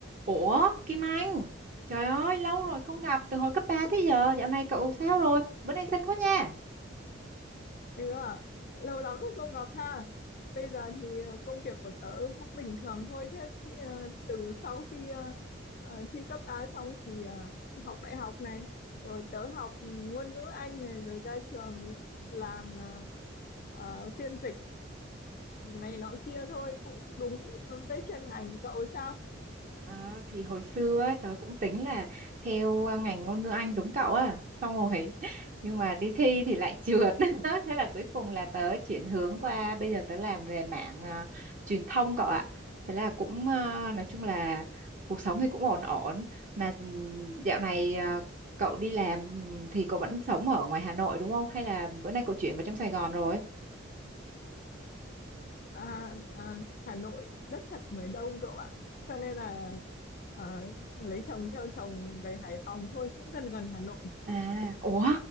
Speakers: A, on the right (about 45°); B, on the left (about 50°).
A: Ủa, Kim Anh, trời ơi, lâu rồi không gặp, từ hồi cấp 3 tới giờ, dạo này cậu sao rồi? Bữa nay xinh quá nha.
B: Ừ, à, lâu lắm rồi không gặp ha. Bây giờ thì ờ, công việc của tớ cũng bình thường thôi. Thế thì, ờ, từ sau khi ờ, ờ, thi cấp 3 xong thì ờ, học đại học này, rồi tớ học ngôn ngữ Anh này, rồi ra trường làm ờ, ờ, phiên dịch này nọ kia thôi, cũng đúng với chuyên ngành cậu sao?
A: À, thì hồi xưa ấy, tớ cũng tính là theo à, ngành ngôn ngữ Anh giống cậu á xong rồi <laughs> nhưng mà đi thi thì lại trượt <laughs> thế là cuối cùng là tớ chuyển hướng qua bây giờ tớ làm về mảng à, truyền thông cậu ạ thế là cũng à, nói chung là cuộc sống thì cũng ổn ổn mà ừ, dạo này à, cậu đi làm ừ, thì cậu vẫn sống ở ngoài Hà Nội đúng không hay là bữa nay cậu chuyển vào trong Sài Gòn rồi
B: À, à, Hà Nội rất chật người đông cậu ạ. Cho nên là ờ, lấy chồng theo chồng về Hải Phòng thôi cũng gần gần Hà Nội.
A: À, ủa,